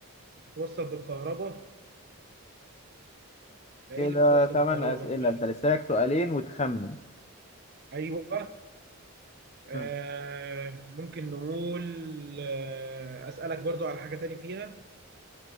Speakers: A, on the right (about 45°); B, on the left (about 30°).
A: بتتوصل بالكهرباء ما
B: كده
A: إيه اللي بتتوصل
B: تمن
A: بالكهرباء
B: أسئلة
A: ما فيهاش
B: انت
A: بطارية؟
B: لسه لك سؤالين وتخمن
A: أيوه آه،
B: <laughs>
A: ممكن نقول آه، أسألك برضو على حاجة تاني فيها